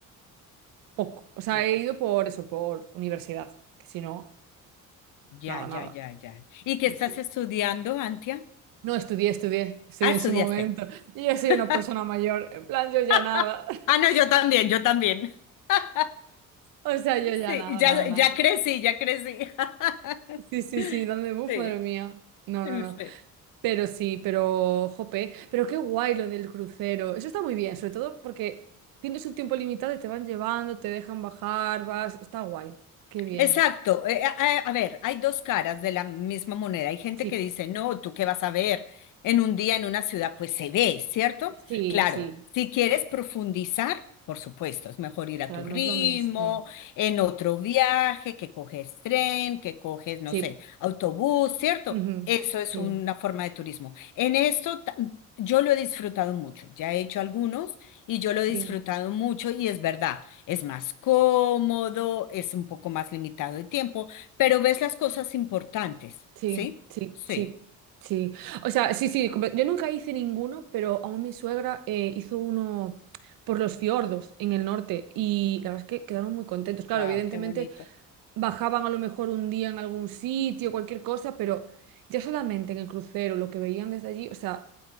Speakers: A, on the right; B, on the left.
A: poco. O sea,
B: Poco.
A: he ido por eso, por universidad. Que si no,
B: Ya,
A: nada, nada.
B: ya, ya, ya. ¿Y qué
A: Sí,
B: estás
A: sí.
B: estudiando, Antia?
A: No estudié, estudié, estudié
B: Ah, estudiaste.
A: en su momento. Yo ya soy
B: <laughs>
A: una persona mayor. En plan, yo ya
B: <laughs>
A: nada. <laughs>
B: Ah, no, yo también, yo también. <laughs>
A: O sea, yo ya
B: Sí,
A: nada,
B: ya,
A: nada, nada.
B: ya crecí, ya crecí. <laughs>
A: Sí, sí, sí, ¿Dónde uf,
B: Sí,
A: madre mía. No,
B: sí.
A: no, no. Pero sí, pero jope, pero qué guay lo del crucero. Eso está muy bien, sobre todo porque tienes un tiempo limitado y te van llevando, te dejan bajar, vas, está guay. Qué bien.
B: Exacto. eh, a, a- a ver, hay dos caras de la misma moneda. Hay gente
A: Sí,
B: que dice, no, ¿tú qué vas a ver en un día en una ciudad? Pues se ve, ¿cierto?
A: sí,
B: Claro,
A: sí.
B: si quieres profundizar, por supuesto, es mejor ir a
A: Claro,
B: tu ritmo,
A: no es lo mismo.
B: en otro viaje, que coges tren, que coges, no
A: Sí.
B: sé, autobús, ¿cierto?
A: Ujú.
B: Eso es
A: Sí,
B: una forma de turismo. En esto ta- yo lo he disfrutado mucho, ya he hecho algunos y yo lo
A: sí.
B: he disfrutado mucho y es verdad. Es más cómodo, es un poco más limitado de tiempo, pero ves las cosas importantes,
A: Sí,
B: ¿sí?
A: sí,
B: Sí,
A: sí, sí. O sea, sí, sí, comple- yo nunca hice ninguno, pero aún mi suegra eh, hizo uno por los fiordos en el norte y la verdad es que quedaron muy contentos. Claro,
B: Wow,
A: evidentemente
B: qué bonito.
A: bajaban a lo mejor un día en algún sitio, cualquier cosa, pero ya solamente en el crucero, lo que veían desde allí, o sea,